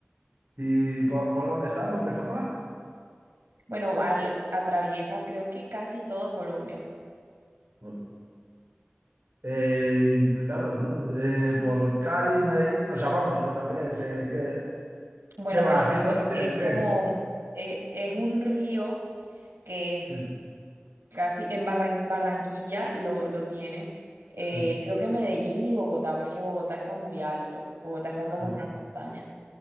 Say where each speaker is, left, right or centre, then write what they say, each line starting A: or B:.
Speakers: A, on the right; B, on the right.
A: ¿Y po- por, dónde está? ¿Por qué zona?
B: Bueno, al, atraviesa creo que casi todo Colombia.
A: No. Eh, claro, ¿no? Eh, por Cali, Medellín, no sabemos, pero ¿qué es? Eh, ¿qué,
B: Bueno,
A: qué va
B: te
A: haciendo
B: cuento,
A: ese
B: es
A: o
B: como,
A: qué?
B: eh, es un río que es
A: Mm,
B: casi, en Barran- Barranquilla lo, lo tiene. Eh,
A: mm,
B: creo que Medellín y Bogotá, porque Bogotá está muy alto, Bogotá está como
A: mm,
B: en una montaña.